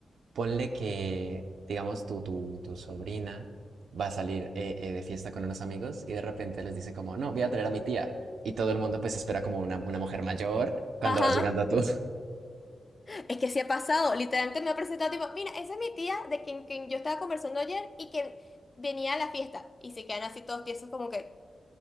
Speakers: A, on the right (about 85°); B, on the left (about 25°).
A: ponle que, digamos, tu, tu, tu sobrina va a salir eh, eh, de fiesta con unos amigos y de repente les dice como, no, voy a traer a mi tía. Y todo el mundo pues espera como una, una mujer mayor cuando
B: Ajá,
A: vas llegando a tú.
B: es que sí ha pasado. Literalmente me ha presentado tipo, mira, esa es mi tía de quien, quien yo estaba conversando ayer y que venía a la fiesta. Y se quedan así todos tiesos como que,